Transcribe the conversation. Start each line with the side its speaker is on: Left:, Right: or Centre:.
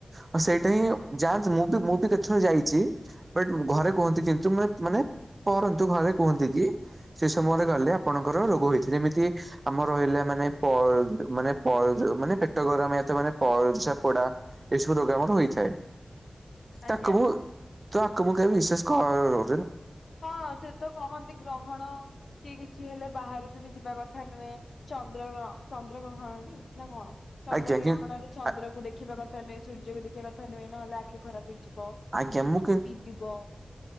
Right: ହଁ ସେଇଟା ହିଁ ଯା ମୁଁ ବି ମୁଁ ବି କେତେଯର ଯାଇଛି ବଟ। ଘରେ କୁହନ୍ତି କିନ୍ତୁ ମା ମାନେ ପରନ୍ତୁ ଘରେ କୁହନ୍ତି କି ସେ ସମୟରେ ଗଲେ ଆପଣଙ୍କର ରୋଗ ହେଉଛି ଯେମିତି ଆମର ରହିଲା ମାନେ ପା ପା ମାନେ ମାନେ ପେଟ ଗରମ ପରିସ୍ରା ପୋଡ଼ ଏପରି ରୋଗ ସବୁ ହେଇଥାଏ।
Left: ଆଜ୍ଞା
Right: ତାକବୁ। ତୁ ଆକୁ ମୁଁ କେବେ ବିଶେଷ କରନୁ
Left: ହଁ ସେ ତ କହନ୍ତି ଗ୍ରହଣ କି କିଛି ହେଲେ ବାହାରକୁ ବି ଯିବା କଥା। ନେ ଚନ୍ଦ୍ରଗ୍ର ଚନ୍ଦ୍ରଗ୍ରହଣ ଟି ନା କଣ। ଚନ୍ଦ୍ର
Right: ଆଜ୍ଞା
Left: ଗ୍ରହଣରେ
Right: କି
Left: ଚନ୍ଦ୍ର କୁ ଦେଖିବା କଥା ନୁହେଁ ସୂର୍ଯ୍ୟକୁ ଦେଖି ଟିକେ କଥା ନୁହେଁ ନହେଲେ ଅଖି ଖରାପ ହେଇଯିବ
Right: ଆଜ୍ଞା
Left: କି
Right: ମୁଁ
Left: ଥୁଟି ଯିବ।